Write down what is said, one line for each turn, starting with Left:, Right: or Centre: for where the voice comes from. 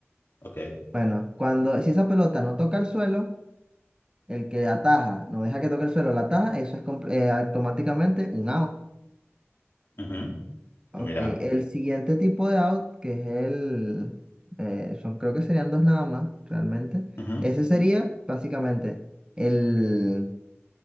Left: ok.
Right: Bueno, cuando si esa pelota no toca el suelo, el que ataja, no deja que toque el suelo, la ataja, eso es compl- eh, automáticamente un out.
Left: ujú,
Right: Ok,
Left: Mira.
Right: el siguiente tipo de out, que es el, eh, son, creo que serían dos nada más, realmente.
Left: ujú,
Right: Ese sería básicamente el,